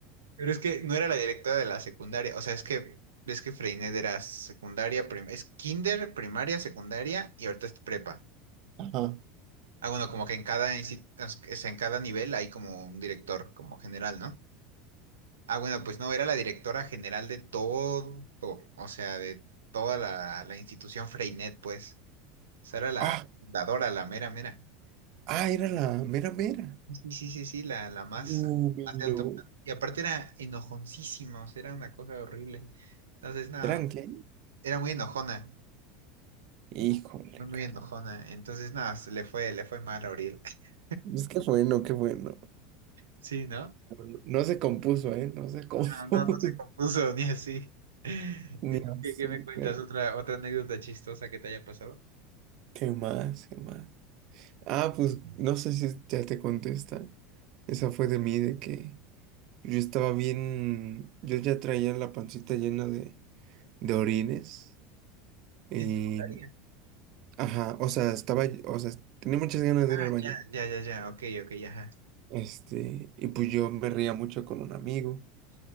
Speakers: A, on the right (about 75°); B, on the right (about 50°).
A: Pero es que no era la directora de la secundaria, o sea, es que ves que Freinet era secundaria, prim- es kinder, primaria, secundaria y ahorita es prepa.
B: Ajá.
A: Ah, bueno, como que en cada insti- o sea, en cada nivel hay como un director como general, ¿no? Ah, bueno, pues no, era la directora general de todo, o sea, de toda la, la institución Freinet, pues. O sea, era la
B: ah
A: fundadora, la mera, mera. En-
B: Ah, era la mera mera.
A: sí, sí, sí, sí, la, la más,
B: No, mi
A: más de
B: no.
A: alto. Y aparte era enojoncísima, o sea, era una cosa horrible. Entonces, no.
B: ¿Eran qué?
A: Era muy enojona,
B: Híjole,
A: muy, muy
B: cara.
A: enojona. Entonces, nada, se le fue, le fue mal a Uriel. <laughs>
B: Pues qué bueno, qué bueno.
A: Sí, ¿no?
B: No, no se compuso, ¿eh? No se compuso.
A: No, no,
B: <laughs>
A: no se compuso ni así. <laughs> ¿Y
B: Ni
A: tú
B: así,
A: qué, qué me cuentas?
B: pero...
A: ¿Otra, otra anécdota chistosa que te haya pasado?
B: ¿Qué más? ¿Qué más? Ah, pues no sé si ya te contesta. Esa fue de mí, de que yo estaba bien. Yo ya traía la pancita llena de, de orines. Y.
A: ¿En secundaria?
B: Ajá, o sea, estaba. O sea, tenía muchas ganas de
A: Ah,
B: ir al baño.
A: ya, ya, ya, ya, ok, ok, ya. ajá.
B: Este, y pues yo me reía mucho con un amigo.